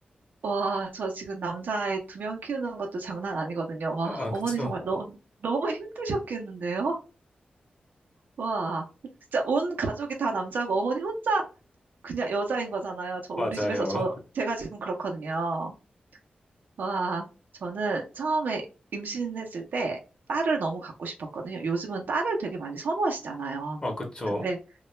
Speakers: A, on the right; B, on the left.
A: 와. 저 지금 남자아이 두 명 키우는 것도 장난 아니거든요. 와,
B: 아,
A: 어머니
B: 그쵸.
A: 정말 너무,
B: <laughs>
A: 너무 힘드셨겠는데요? 와, 진짜 온 가족이 다 남자고 어머니 혼자 그냥 여자인 거잖아요. 저 우리
B: 맞아요.
A: 집에서 저 제가 지금 그렇거든요. 와, 저는 처음에 임신했을 때 딸을 너무 갖고 싶었거든요. 요즘은 딸을 되게 많이 선호하시잖아요.
B: 아, 그쵸.
A: 근데